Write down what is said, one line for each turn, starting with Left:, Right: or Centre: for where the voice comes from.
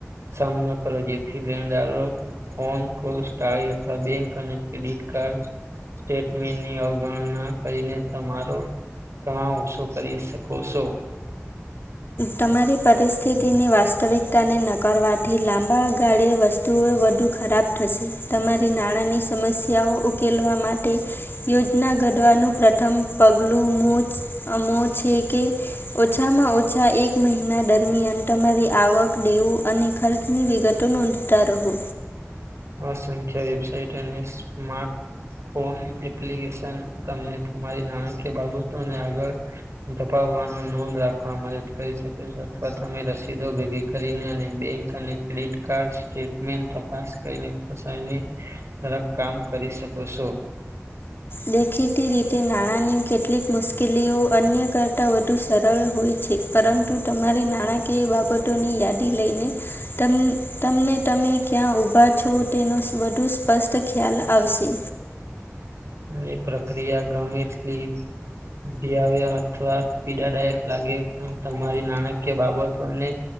Right: સામનો કરો, જેથી લેણદારો ફોન કોલ, સ્ટાયી અથવા બેંક અને ક્રેડિટ કાર્ડ સ્ટેટમેનની અવગણના કરીને, તમારો જણાવશો. તો કરી શકો સો.
Left: તમારી પરિસ્થિતિની વાસ્તવિકતાને નકરવાથી, લાંબા ગાળે વસ તોય વધુ ખરાબ થશે. તમારી નાણાંની સમસ્યાઓ ઉકેલવા માટે યોજના ઘડવાનું પ્રથમ પગલું, મોચ અ મો છે કે ઓછામાં-ઓછો ઓછા એક મહિના દરમિયાન, તમારી આવક, દેવું અને ખર્ચની વિગતો નોંધતા રહો.
Right: અસંખ્ય વેબસાઇટ અને સ્માર્ટ ફોન એપ્લિકેશન તમને તમારી નાણાકીય બાબતોને આગળ ધપાવવાનો નોંધ રાખવા મદદ કરી શકે છે, અથવા તમે રસીદો ભેગી કરીને અને બેંક અને ક્રેડિટ કાર્ડ સ્ટેટમેન્ટ તપાસો. કઈને ક પસાઈને તરક કામ કરી શકો સો.
Left: દેખીતી રીતે, નાણાંની કેટલીક મુશ્કેલીઓ અન્ય કરતાં વધુ સરળ હોય છે. પરંતુ તમારી નાણાકીય બાબતોની યાદી લઈને તમેં તમને તમે ક્યાં ઊભા છો, તેનો વધુ સ્પષ્ટ ખ્યાલ આવશે.
Right: અને પ્રક્રિયા ગમે તેલી જીવ્યો અથવા પીડાદાયક લાગે, પણ તમારી નાણાકીય બાબતોને